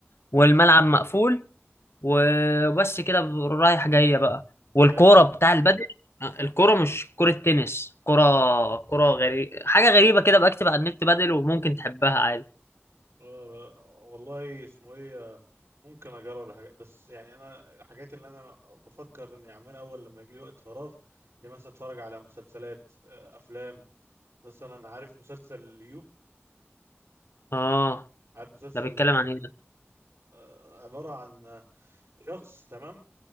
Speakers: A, on the left; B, on the right.
A: والملعب
B: اه
A: مقفول وبس كده رايح جاية بقى والكورة
B: يعني
A: بتاع البادل الكرة مش كرة تنس كرة كرة غريبة حاجة غريبة كده بكتب على النت بادل وممكن تحبها عادي
B: آه والله اسمه ايه آه، ممكن اجرب الحاجات بس يعني انا الحاجات اللي انا بفكر اني اعملها اول لما يجي لي وقت فراغ هي مثلا اتفرج على مسلسلات آه، افلام مثلا عارف مسلسل يو
A: اه
B: عارف مسلسل
A: ده بيتكلم
B: اسمه
A: عن ايه
B: إيه؟
A: ده
B: آه، عبارة عن شخص تمام